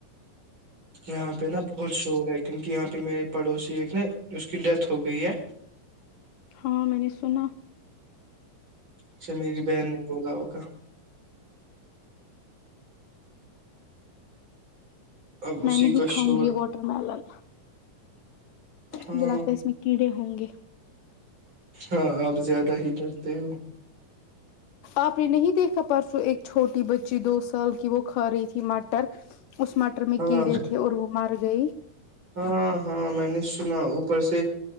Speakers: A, on the right (about 35°); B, on the left (about 75°).
A: یہاں پہ نا بہت شور ہے کیونکہ یہاں پہ میرے پڑوسی ایک نا اس کی ڈیتھ ہو گئی ہے
B: ہاں میں نے سنا
A: اچھا میری بہن نے بولا ہوگ اب اسی
B: میں نہیں
A: کا
B: کاؤں
A: شور
B: گی یہ واٹر ملن
A: ہاں
B: مجھے لگتا ہے اس میں کیڑے ہوں گے
A: ہاں آپ زیادہ ہی ڈرتے ہو
B: آپ نے نہیں دیکھا پرسوں ایک چھوٹی بچی دو سال کی وہ کھا رہی تھی مٹر اس مٹر میں
A: ہاں
B: کیڑے تھے اور وہ مر گئی
A: ہاں ہاں میں نے سنا سے